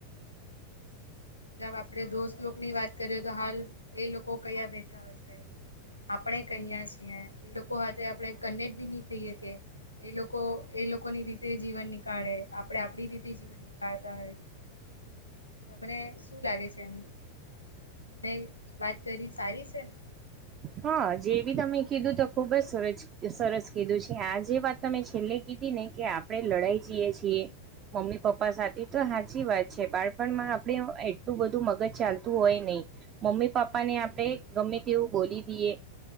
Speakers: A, on the left; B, on the right.
A: જબ આપડે દોસ્ત લોકો ની વાત કરીએ તો હાલ એ લોકો કયા બેઠા હશે આપણે કહીયા છી એ લોકો હાથે આપણે કનેક્ટ બી નહી થઈ શકે એ લોકો એ લોકો ની રીતે જીવન નીકાળે આપડે આપડી રીતે જીવન નીકાળતા હોય તમને શું લાગે છે એ મેં વાત કરી સારી છે ને!
B: હા જે બી તમે કીધું તો ખુબ જ સરસ સરસ કીધું છે. આ જે વાત તમે છેલ્લે કી કીધી ને કે આપણે લડાઈ જઈએ છીએ મમ્મી પપ્પા સાથે તો સાચી વાત છે. બાળપણમાં આપડે એટલું બધું મગજ ચાલતું હોય નહી. મમ્મી પપ્પા ને આપડે ગમે તેવું બોલી દઈએ.